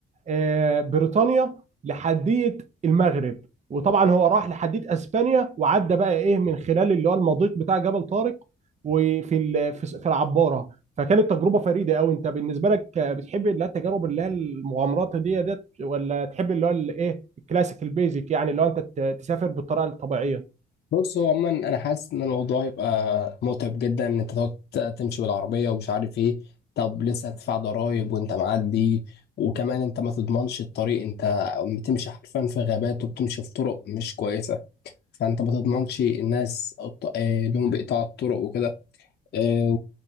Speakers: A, on the right; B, on the left.
A: آه، بريطانيا لحديه المغرب وطبعا هو راح لحديه اسبانيا وعدى بقى ايه من خلال اللي هو المضيق بتاع جبل طارق وفي ال- في في العباره فكانت تجربه فريده قوي انت بالنسبه لك آه، بتحب اللي هي التجارب اللي هي المغامرات دي ديت ولا تحب اللي هو الايه كلاسيك البيزك يعني لو انت ت- تسافر بالطريقه الطبيعيه
B: بص هو عموما انا حاسس ان الموضوع هيبقى متعب جدا ان انت تقعد تمشي بالعربيه ومش عارف ايه طب لسه هتدفع ضرايب وانت معدي وكمان انت ما تضمنش الطريق انت بتمشي حرفيا في غابات وبتمشي في طرق مش كويسه فانت ما تضمنش الناس الط- آه، لهم بقطاع الطرق وكده آه،